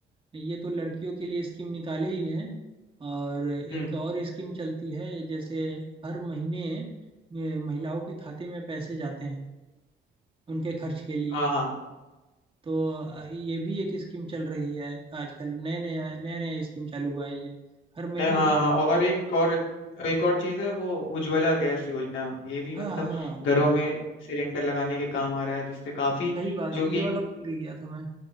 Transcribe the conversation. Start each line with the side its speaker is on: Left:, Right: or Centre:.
Right: ये तो लड़कियों के लिए स्कीम निकाले ही हैं और एक
Left: हम्म
Right: और स्कीम चलती है जैसे हर महीने अ, महिलाओं के खाते में पैसे जाते हैं उनके खर्च के लिए
Left: हाँ हाँ
Right: तो अ, ये भी एक स्कीम चल रही है आजकल नया नया नया नया स्कीम चालू हुआ है ये हर महीने
Left: नहीं हाँ
Right: देती
Left: हाँ
Right: है
Left: और
Right: गवर्नमेंट
Left: एक और एक और चीज है वो उज्ज्वला गैस योजना ये भी
Right: हाँ
Left: मतलब
Right: हाँ
Left: घरों
Right: हाँ
Left: में सिलेंडर लगाने के काम आ रहा है जिससे काफी
Right: सही बात
Left: जो
Right: है
Left: कि
Right: ये वाला भूल ही गया था मैं